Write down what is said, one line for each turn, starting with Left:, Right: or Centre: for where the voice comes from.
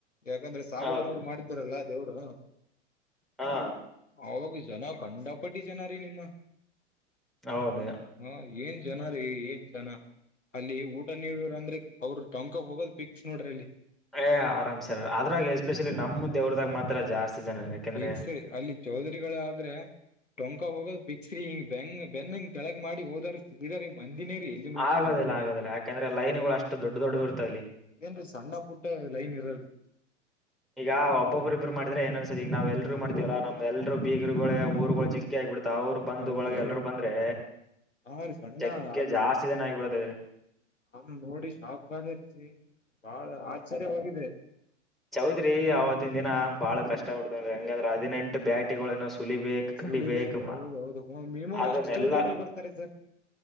Left: ಯಾಕಂದ್ರೆ ಸಾಬಣ್ಣವರು
Centre: ಹೌದ
Left: ಮಾಡಿದ್ದಾರಲ್ಲ ದೇವರು
Centre: ಹಾ
Left: ಆವಾಗು ಜನ ಕಂಡ ಪಂಡಿ ಜನ ರೀ ನಿಮ್ಮ
Centre: ಹೌದ....
Left: ಹ ಏನ್ ಜನ ರೀ ಏನ್ ಜನ ಅಲ್ಲಿ ಊಟ ನೀಡೋ ಅಂದ್ರೆ ಅವ್ರ ಟಂಕ ಹೋಗೋದ್ ಫಿಕ್ಸ್ ನೋಡ್ರಿ ಅಲ್ಲಿ
Centre: ಏ ಆರಾಮ್ ಸರ್ ಅದ್ರಾಗ ಎಸ್ಪೆಷಲಿ ನಮ್ದ ದೇವರದಾಗ ಮಾತ್ರ ಜಾಸ್ತಿ ಜನ ಯಾಕೆಂದ್ರೆ
Left: ಪಿಕ್ಸ್ರಿ ಅಲ್ಲಿ ಚೌದರಿಗಳಾದ್ರೆ ಟೊಂಕ ಹೋಗೋದು ಪಿಕ್ಸ್ರಿ ಹಿಂಗ ಬೆಂಗ ಬೆನ್ನಂಗ ಕೆಳಗ್ ಮಾಡಿ ಹೋದಾರ ಎದರಿಮ ಮಂದಿನೇರಿ ಎಲ್ಲಿ ನೋಡ್ತ
Centre: ಆಗೋದಿಲ್ಲ
Left: ಮಂದಿನೆ
Centre: ಆಗೋದಿಲ್ಲ ಯಾಕಂದ್ರೆ ಲೈನ್ಗಳು ಅಷ್ಟು ದೊಡ್ಡ ದೊಡ್ಡ ಇರ್ತಾವಲ್ಲಿ
Left: ಏನ್ರೀ ಸಣ್ಣಪ್ಪ ಊಟ ಲೈನ್ ಇರ
Centre: ಈಗ ಒಬ್ಬೊಬ್ರರಿಬ್ರು ಮಾಡಿದ್ರೆ ಏನ್ ಅನ್ಸದ ಈಗ ನಾವ ಎಲ್ರು ಮಾಡ್ತವಲ್ಲ ನಮ್ ಎಲ್ರು ಬೀಗ ಇವರುಗಳ ಊರುಗಳು ಜಗ್ಗಿ ಆಗಿಬಿಡ್ತಾವ ಅವ್ರು ಬಂದು
Left: ಹೌದ್ರಿ
Centre: ಬಳಗ
Left: ಹೌದ್ರಿ
Centre: ಎಲ್ಲರೂ ಬಂದ್ರೆ
Left: ಹಾ ರೀ ಸಣ್ಣ
Centre: ಜಗ್ಗೆ
Left: ಆಗಲ್ರಿ
Centre: ಜಾಸ್ತಿ ಜನ ಆಗ್ಬಿಡ್ತಾ ಇದ್ದಾರೆ
Left: ನಾನು ನೋಡಿ ಶಾಕ್ ಆದನಿ ರಚನಿ ಬಾಳ ಆಶ್ಚರ್ಯವಾಗಿದೆ
Centre: ಚೌದ್ರಿ ಆವತ್ತಿನ ದಿನ ಬಾಳ ಕಷ್ಟ ಬಿಡ್ತನ್ ಹೆಂಗಂದ್ರೆ ಹದಿನೆಂಟು ಬ್ಯಾಟಿ ತುಲಿಬೇಕು
Left: ಸುಲಿಬೇಕು
Centre: ಕಡಿಬೇಕ ಅಮ್ಮ
Left: ಹೌದ ಹೌದು ಮಿನಿಮಮ್
Centre: ಅದನ್ನೆಲ್ಲಾ
Left: ಎಷ್ಟು ಚೌಧರಿಗಳು ಬರ್ತಾರೆ ಸರ್